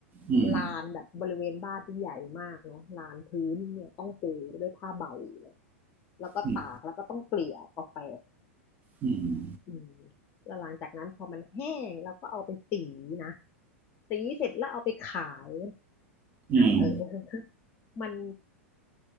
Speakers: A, on the right; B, on the left.
A: อืม
B: ลานแบบบริเวณบ้านที่ใหญ่มากเนาะลานพื้นเนี่ยต้องปูด้วยผ้าใบเนี่ยแล้วก็ตากแล้วก็ต้องเกลี่ยกาแฟ
A: อืมอืม
B: อืมแล้วหลังจากนั้นพอมันแห้งเราก็เอาไปสีนะสีเสร็จแล้วเอาไปขาย
A: อืม
B: เออ <laughs> มัน